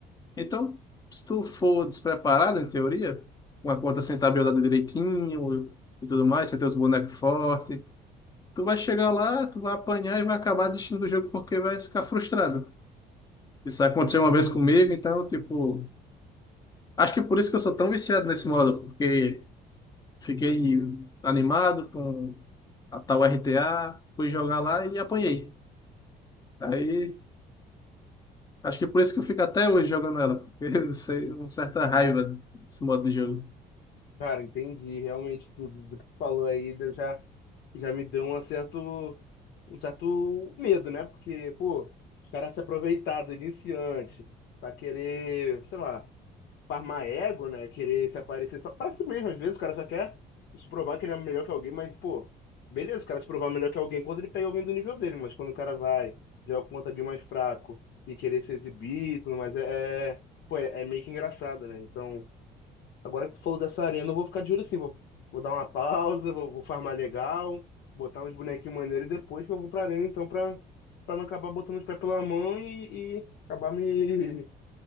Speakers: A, on the left (about 25°); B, on the left (about 75°).
A: Então, se tu for despreparado, em teoria, com a conta sem tabelada direitinho e tudo mais, você tem os bonecos fortes, tu vai chegar lá, tu vai apanhar e vai acabar desistindo do jogo porque vai ficar frustrado. Isso aconteceu uma vez comigo, então, tipo, acho que por isso que eu sou tão viciado nesse modo, porque fiquei animado com a tal RTA, fui jogar lá e apanhei. Aí, acho que por isso que eu fico até hoje jogando ela, porque <laughs> eu sei, uma certa raiva desse modo de jogo.
B: Cara, entendi. Realmente tudo do que tu falou aí deu- já, já me deu um certo, um certo medo, né? Porque, pô, os caras se aproveitaram do iniciante pra querer, sei lá. farmar ego, né? Querer se aparecer só pra si mesmo. Às vezes o cara só quer se provar que ele é melhor que alguém, mas, pô, beleza, o cara se provar melhor que alguém quando ele pega alguém do nível dele, mas quando o cara vai, joga contra de mais fraco e querer se exibir, e tudo mais, é, é, pô, é, é meio que engraçado, né? Então, agora que tu falou dessa arena, eu vou ficar de olho assim, vou, vou dar uma pausa, vou, vou farmar legal, botar uns bonequinhos maneiros e depois que eu vou pra arena, então, pra, pra não acabar botando os pés pela mão e, e acabar me, <laughs>